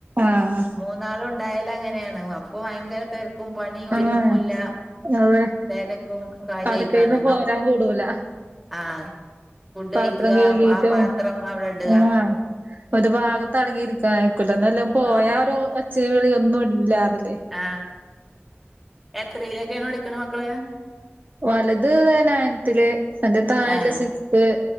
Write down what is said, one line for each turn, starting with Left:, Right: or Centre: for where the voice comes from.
Right: ആഹ്
Centre: മൂന്നാളും ഉണ്ടായല് അങ്ങനെയാണ് അപ്പൊ ഭയങ്കര തിരക്കും പണിയും ഒരുങ്ങൂല്ല
Right: ആഹ് അതെ
Centre: തിരക്കും കാര്യയിക്കാണ്ടന്നോ
Right: അടുക്കളേന്ന് പോരാൻ കൂടൂല
Centre: ആഹ ഫുഡ്
Right: പാത്രം
Centre: കഴിക്കുക
Right: കഴുകിയിട്ടും
Centre: ആ പാത്രം അവിടെ ഇട
Right: ആഹ് ഒരു ഭാഗത്ത്ടങ്ങിയിരിക്കക്കൂല്ല എന്ന എല്ലാം പോയാ
Centre: ആഹ്
Right: ഒരു ഒച്ച വിളിയൊന്നും ഇല്ലാന്നല്
Centre: ആ എത്രയിലൊക്കെയാണ് എടിക്കണ മക്കള്
Right: വലത് നയനത്തില്ൽ എന്റെ താഴല്
Centre: ആഹ്
Right: സിക്സ്